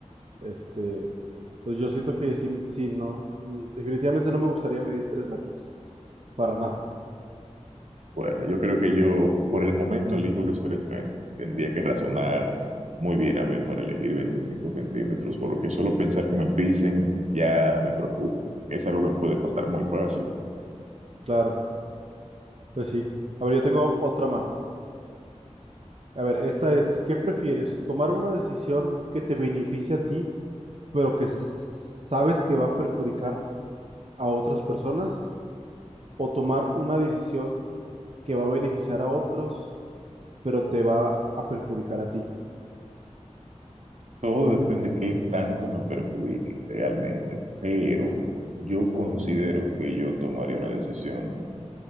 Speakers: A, on the right (about 55°); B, on the right (about 70°).
A: este, entonces yo siento que sí, sí, no, mm, definitivamente no me gustaría medir tres metros, para nada,
B: Bueno, yo creo que yo por el momento elijo los 3 metros. Tendría que razonar muy bien a ver para elegir 25 centímetros, porque solo pensar que me pisen ya me preocupa. Es algo que puede pasar muy fácil.
A: claro, pues sí. A ver, yo tengo otra más. A ver, esta es, ¿qué prefieres? ¿Tomar una decisión que te beneficie a ti? pero que se- sabes que va a perjudicar a otras personas o tomar una decisión que va a beneficiar a otros, pero te va a perjudicar a ti.
B: Todo depende de qué tanto me perjudique realmente, pero yo considero que yo tomaría una decisión.